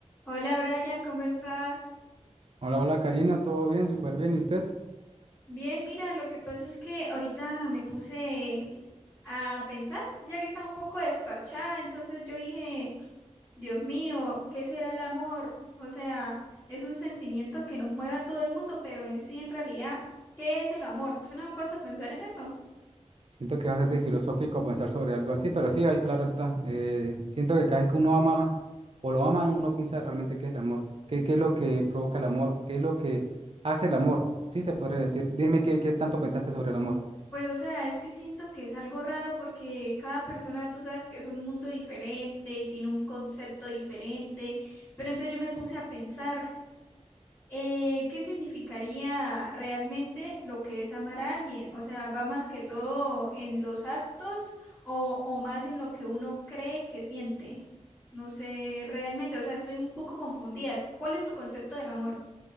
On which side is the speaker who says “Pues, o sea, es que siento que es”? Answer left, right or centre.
Left